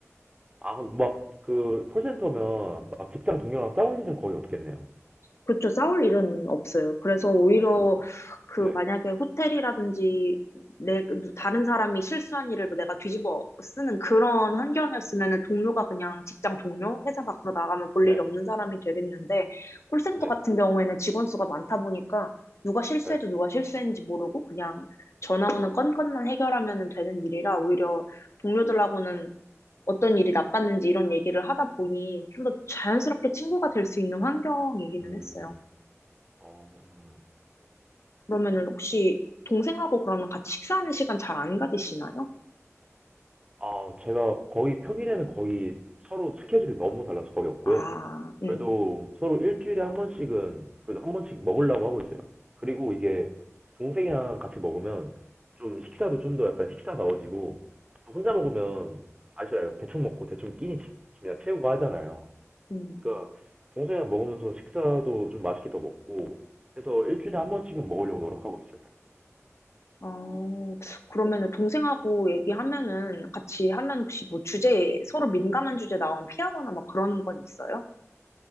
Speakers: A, on the right (about 20°); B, on the left (about 60°).
A: 아, 그럼 막, 그, 콜센터면, 막, 직장 동료랑 싸울 일은 거의 없겠네요.
B: 그렇죠. 싸울 일은 없어요. 그래서 오히려
A: 음,
B: 그
A: 네,
B: 만약에 호텔이라든지 내 그 다른 사람이 실수한 일을 뭐 내가 뒤집어 쓰는 그런 환경이었으면은 동료가 그냥 직장 동료, 회사 밖으로 나가면 볼
A: 네,
B: 일이 없는 사람이 되겠는데 콜센터
A: 네,
B: 같은 경우에는 직원 수가 많다 보니까 누가 실수해도
A: 네.
B: 누가 실수했는지 모르고 그냥 전화 오는 건건만 해결하면 되는 일이라 오히려 동료들하고는 어떤 일이 나빴는지 이런 얘기를 하다 보니 좀 더 자연스럽게 친구가 될 수 있는 환경이기는
A: 음,
B: 했어요.
A: 어,
B: 그러면은 혹시 동생하고 그러면 같이 식사하는 시간 잘 안 가지시나요?
A: 아, 제가 거의 평일에는 거의 서로 스케줄이 너무 달라서 거의 없고요.
B: 아, 음,
A: 그래도 서로 일주일에 한 번씩은, 그래도 한 번씩 먹으려고 하고 있어요. 그리고 이게, 동생이랑 같이 먹으면, 좀 식사도 좀 더 약간 식사다워지고, 또 혼자 먹으면, 아시잖아요. 대충 먹고 대충 끼니 치- 그냥 채우고 하잖아요.
B: 음.
A: 그러니까 동생이랑 먹으면서 식사도 좀 맛있게 더 먹고 해서 일주일에 한 번씩은 먹으려고 노력하고 있어요.
B: 어, 그러면은 동생하고 얘기하면은 같이 하면 혹시 뭐 주제, 서로 민감한 주제 나오면 피하거나 막 그러는 건 있어요?